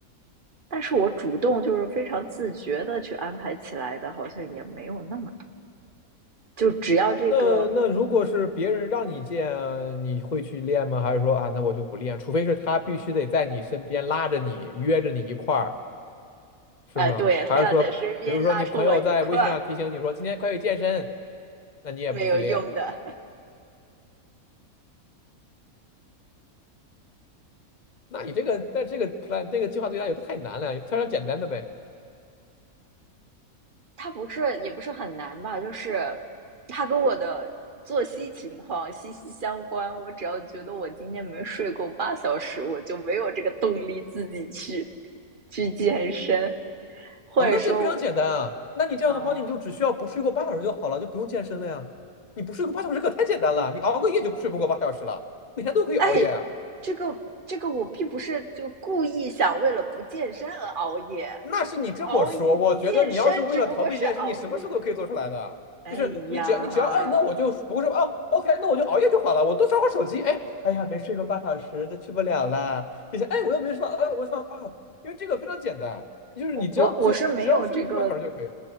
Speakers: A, on the right; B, on the left.
A: 但是我主动就是非常自觉的去安排起来的，好像也没有那么多。就只要这个，
B: 那那如果是别人让你见，你会去练吗？还是说啊，那我就不练，除非是他必须得在你身边拉着你，约着你一块儿，是吗？
A: 哎，对，他要在身边拉着我一块，
B: 还是说，比如说你朋友在微信上提醒你说今天快去健身，那你也不去练？
A: 没有用的。
B: 那你这个在这个 plan 这个计划对他有的太难了，挑点简单的呗。
A: 他不是也不是很难吧？就是他跟我的作息情况息息相关。我只要觉得我今天没睡够八小时，我就没有这个动力自己去去健身，或者说我，
B: 哦，那这非常简单啊。那你这样的话，
A: 嗯，
B: 你就只需要不睡够八小时就好了，就不用健身了呀。你不睡够八小时可太简单了，你熬个夜就睡不过八小时了，每天都可以熬夜啊。
A: 哎，这个这个我并不是就故意想为了不健身而熬夜，
B: 那是你这么说，
A: 熬夜健身只不过是熬夜。
B: 我觉得你要是为了逃避这件事，你什么事都可以做出来的。
A: 哎呀，
B: 就是你只要你只要哎，那我就不会说哦，OK，那我就熬夜就好了，我多刷会手机。哎，哎呀，没睡个半小时就去不了了。这些哎，我又没说呃，我说啊，因为这个非常简单，就是你只要只要只要睡不够八小时就可以。
A: 我我我是没有这个